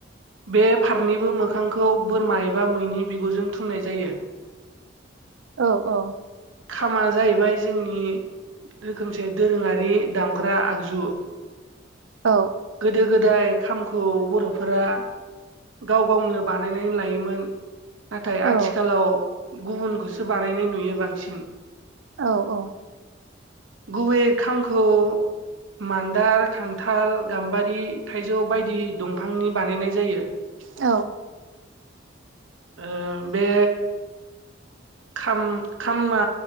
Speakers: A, on the right; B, on the right.
A: बे फारनैबो मो खांखौ बोरमा एबा मैनि बिगुरजों थुननाय जायो
B: औ औ
A: खामा जाहैबाय जोंनि रोखोमसे दोरोङारि दामग्रा आगजु
B: औ
A: गोदो गोदाय खामखौ बर'फोरा गाव गावनो बानायनानै लायोमोन नाथाय आथिखालाव
B: औ
A: गुबुनखौसो बानायनाय नुयो बांसिन
B: औ औ
A: गुबैयै खामखौ मान्दार खान्थाल गाम्बारि थाइजौ बायदि दंफांनि बानायनाय जायो
B: औ
A: ओ बे खाम खामा